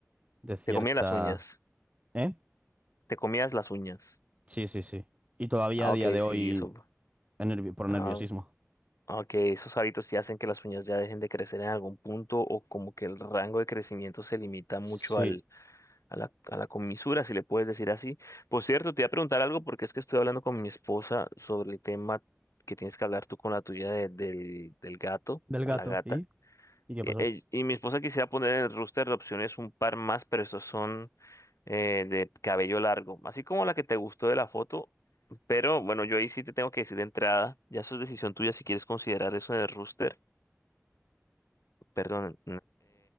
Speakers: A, on the right; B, on the left.
A: De cierta...
B: Te comías las uñas.
A: ¿Eh?
B: Te comías las uñas.
A: Sí, sí, sí. Y todavía
B: Ah,
A: a día
B: ok,
A: de
B: sí,
A: hoy
B: eso.
A: nervi- por
B: Ah,
A: nerviosismo.
B: ah, ok, esos hábitos sí hacen que las uñas ya dejen de crecer en algún punto o como que el rango de crecimiento se limita mucho
A: Sí,
B: a la, a la comisura, si le puedes decir así. Por cierto, te iba a preguntar algo porque es que estoy hablando con mi esposa sobre el tema que tienes que hablar tú con la tuya de- del, del gato
A: Del
B: o
A: gato.
B: la gata.
A: ¿Y? ¿Y qué
B: Y,
A: pasó?
B: ell- y mi esposa quisiera poner en el roster de opciones un par más, pero esos son eh, de cabello largo, así como la que te gustó de la foto. Pero bueno, yo ahí sí te tengo que decir de entrada, ya eso es decisión tuya si quieres considerar eso en el roster. Perdón,